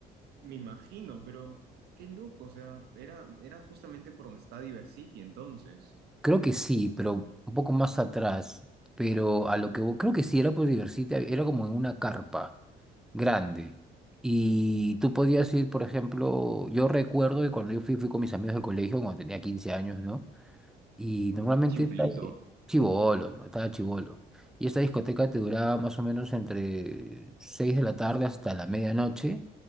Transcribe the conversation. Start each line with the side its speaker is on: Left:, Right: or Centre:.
Right: me imagino, pero qué loco, o sea, era, era justamente por donde está Diversity entonces.
Centre: Creo que sí, pero un poco más atrás, pero a lo que vo- creo que sí era por divertirte, era como en una carpa. grande. Y tú podías ir, por ejemplo, yo recuerdo que cuando yo fui, fui con mis amigos del colegio, cuando tenía 15 años, ¿no? Y normalmente
Right: Chibolito.
Centre: estaba chivolo, ¿no? Estaba chivolo. Y esta discoteca te duraba más o menos entre 6 de la tarde hasta la medianoche.